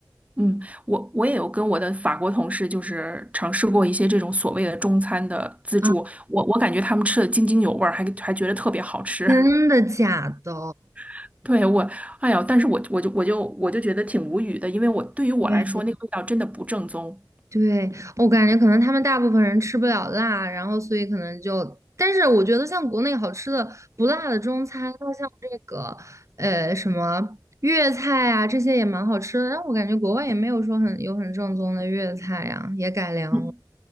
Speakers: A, on the right; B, on the right.
A: 嗯，我我也有跟我的法国同事，就是尝试过一些这种所谓的中餐的自助，
B: 啊，
A: 我我感觉他们吃的津津有味儿，还还觉得特别好吃。
B: 真的假的？
A: <laughs> 对，我，哎呀，但是我我就我就我就觉得挺无语的，因为我对于我来说，
B: 对
A: 那个味道真的不正宗。
B: 对，我感觉可能他们大部分人吃不了辣，然后所以可能就，但是我觉得像国内好吃的不辣的中餐，那像这个呃什么粤菜啊这些也蛮好吃的，但我感觉国外也没有说很有很正宗的粤菜呀、也改良了。
A: 嗯。